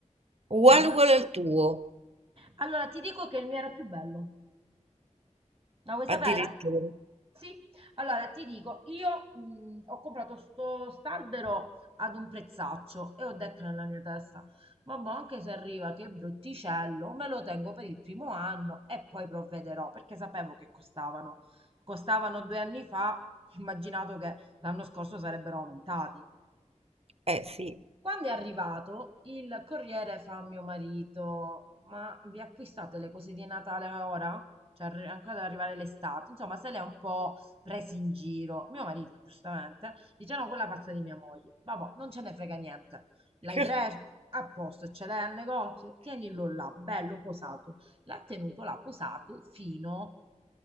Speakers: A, on the right; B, on the right.
A: Uguale
B: Una...
A: uguale al tuo,
B: Allora ti dico che il mio era più bello. La vuoi sapere?
A: addirittura.
B: Sì, allora ti dico, io mh, ho comprato sto st'albero ad un prezzaccio e ho detto nella mia testa, vabbè, anche se arriva che brutticello, me lo tengo per il primo anno e poi provvederò, perché sapevo che costavano. Costavano due anni fa, ho immaginato che l'anno scorso sarebbero aumentati.
A: Eh sì.
B: Quando è arrivato, il corriere fa a mio marito: Ma vi acquistate le cose di Natale ora? Cioè, arri- ancora deve arrivare l'estate. Insomma, se le ha un po' presi in giro. Mio marito, giustamente, dice: No, quella pazza di mia moglie. Vabbè, non ce ne frega niente. L'hai
A: <laughs>
B: preso? A posto, ce l'hai al negozio? Tienilo là, bello posato. L'ha tenuto là posato fino